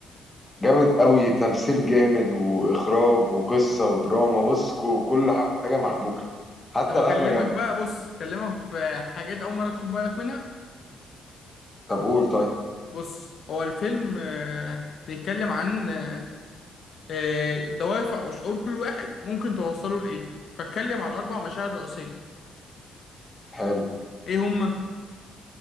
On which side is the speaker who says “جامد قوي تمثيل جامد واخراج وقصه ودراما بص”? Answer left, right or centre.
Left